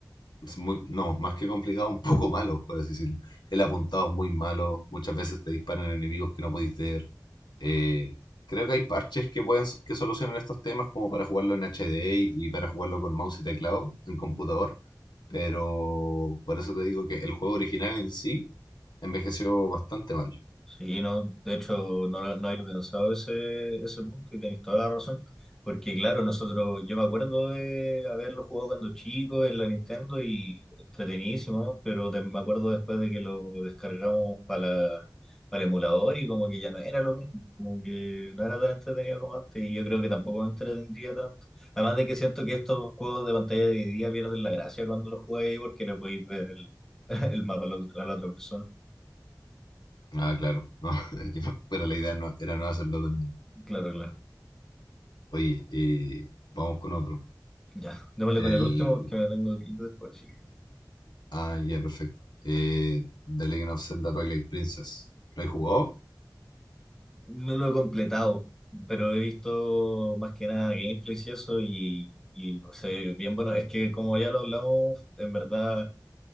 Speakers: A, on the left (about 75°); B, in the centre.
A: es muy, no, más que complicado, un poco malo, por así decirlo. El apuntado es muy malo, muchas veces te disparan enemigos que no podéis ver. eh, creo que hay parches que pueden, que solucionan estos temas como para jugarlo en HD y y para jugarlo con mouse y teclado en computador, pero por eso te digo que el juego original en sí envejeció bastante mal.
B: Sí, no, de hecho no, lo- no había pensado ese, ese punto y tenéis toda la razón, porque claro, nosotros, yo me acuerdo de haberlo jugado cuando chico en la Nintendo y entretenidísimo, pero te- me acuerdo después de que lo descargamos para la- para el emulador y como que ya no era lo mismo, como que no era tan entretenido como antes y yo creo que tampoco me entretendría tanto. Además de que siento que estos juegos de pantalla dividida pierden la gracia cuando los jugáis porque le podéis ver el, <laughs> el mapa a la otra a la otra persona.
A: Ah, claro, no, <laughs> pero la idea no, era no hacerlo también.
B: Claro, claro.
A: Oye, eh, vamos con otro.
B: Ya, démosle
A: El,
B: con el último porque me tengo que ir después. así que
A: Ah, ya, perfecto. Eh, The Legend of Zelda Twilight Princess. ¿Lo he jugado?
B: no lo he completado, pero he visto más que nada gameplays y eso y, y se ve bien bueno. Es que como ya lo hablamos, en verdad